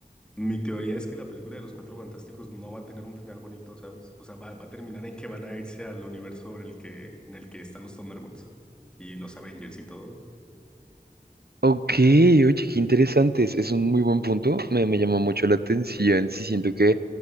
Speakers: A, in the centre; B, on the right.
A: mi teoría es que la película de Los Cuatro Fantásticos no va a tener un final bonito, ¿sabes? O sea, va, va a terminar en que van a irse al universo en el que, en el que están los Thunderbolts y los Avengers y todo.
B: Ok, oye, qué interesantes. Es un muy buen punto. Me, me llama mucho la atención. Sí, siento que,